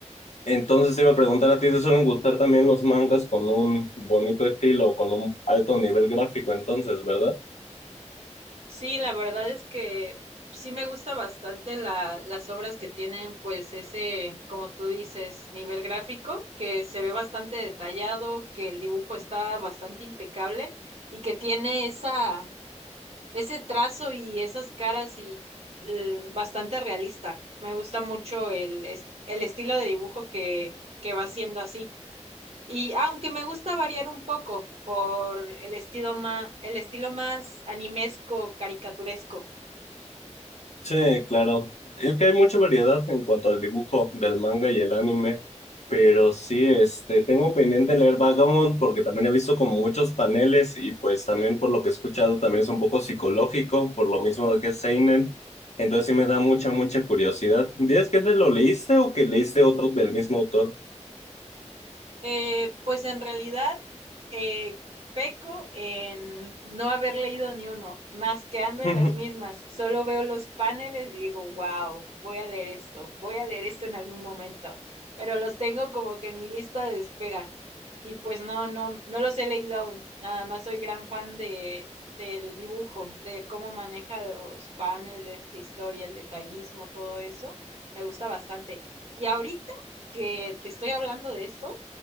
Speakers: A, on the left; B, on the right.
A: Entonces te iba a preguntar a ti, ¿te suelen gustar también los mangas con un bonito estilo, o con un alto nivel gráfico, entonces, ¿verdad?
B: Sí, la verdad es que sí me gusta bastante la, las obras que tienen, pues, ese, como tú dices, nivel gráfico, que se ve bastante detallado, que el dibujo está bastante impecable y que tiene esa ese trazo y esas caras y eh, bastante realista. Me gusta mucho el, es- el estilo de dibujo que, que va haciendo así. Y aunque me gusta variar un poco por el estilo más, el estilo más animesco, caricaturesco.
A: Sí, claro. Es que hay mucha variedad en cuanto al dibujo del manga y el anime, pero sí, este, tengo pendiente leer Vagabond porque también he visto como muchos paneles y pues también por lo que he escuchado también es un poco psicológico, por lo mismo de que es seinen. Entonces sí me da mucha, mucha curiosidad. ¿Dices que te lo leíste o que leíste otro del mismo autor?
B: Eh, pues en realidad eh, peco en no haber leído ni uno, más que ando
A: <laughs>
B: en las mismas. Solo veo los paneles y digo, wow, voy a leer esto, voy a leer esto en algún momento, pero los tengo como que en mi lista de espera. Y pues no, no, no los he leído aún. Nada más soy gran fan de, del dibujo, de cómo maneja los paneles, la historia, el detallismo, todo eso. Me gusta bastante. Y ahorita que te estoy hablando de esto,